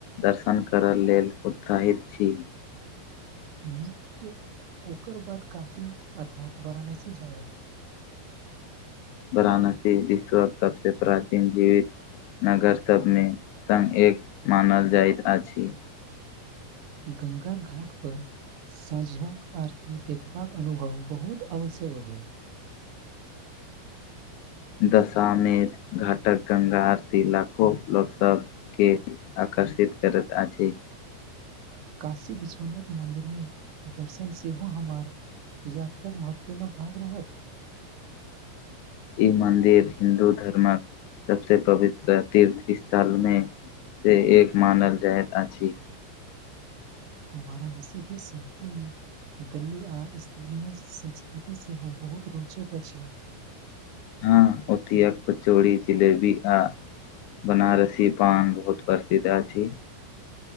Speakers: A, on the left; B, on the right.
A: दर्शन करय लेल उत्साहित छी
B: मित्र ओकर बाद काशी अर्थात वाराणसी जायब
A: वराणसी विश्व सबसँ प्राचीन जीवित नगर सभमे संग एक मानल जाइत अछि
B: गंगा घाट पर साँझक आरती देखबाक अनुभव बहुत अवश्यक होइत
A: दशामेध घाटक गंगा आरती लाखो लोकसभके आकर्षित करत अछि
B: काशी विश्वनाथ मन्दिर मे दर्शन सेहो हमर यात्राक महत्वपूर्ण भाग रहलत
A: ई मन्दिर हिन्दू धर्मक सभस पवित्र तीर्थ स्थलमे से एक मानल जायत अछि
B: ओ वारणसी के संकीर्ण गल्ली आ स्थानीय संस्कृति सेहो बहुत रोचक अछि
A: हँ ओत एक कचौड़ी जिलेबी आ बनारसी पान बहुत प्रसिद्ध अछि